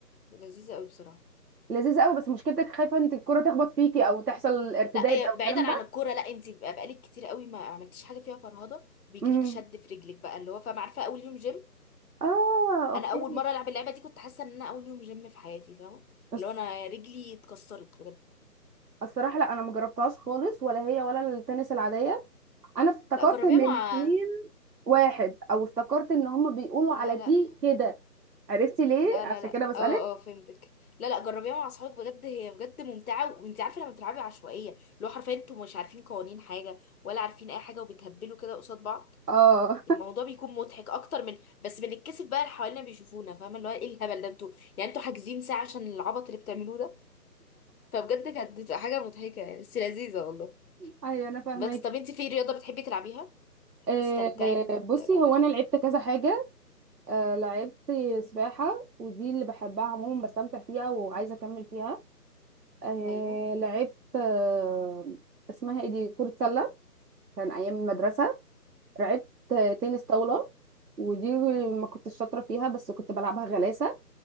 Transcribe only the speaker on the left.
لذيذة قوي بصراحة
لا هي
بعيدا
عن الكورة لا انت بقى بقالك كتير قوي ما عملتيش حاجة فيها فرهضة بيجيلك
شد في رجلك بقى اللي هو فاهمة عارفة اول يوم جيم
انا
اول مرة العب اللعبة دي كنت حاسة ان انا اول يوم جيم في حياتي فاهمة
اللي هو انا رجلي اتكسرت بجد
لا جربيها
مع
لا
لا
لا
لا لا
اه اه فهمتك لا لا جربيها مع اصحابك بجد هي بجد ممتعه وانت عارفه لما بتلعبي عشوائيه اللي هو حرفيا انتوا مش عارفين قوانين حاجه ولا عارفين اي حاجه وبتهبلوا كده قصاد بعض
الموضوع بيكون مضحك اكتر من بس بنتكسف بقى اللي حوالينا بيشوفونا فاهمه اللي هو ايه الهبل ده انتوا يعني انتوا حاجزين ساعه عشان العبط اللي بتعملوه ده فبجد كانت بتبقى حاجه مضحكه يعني بس لذيذه والله
بس طب انت في رياضه بتحبي تلعبيها
تستمتعي
بلعبها
يعني
ايوه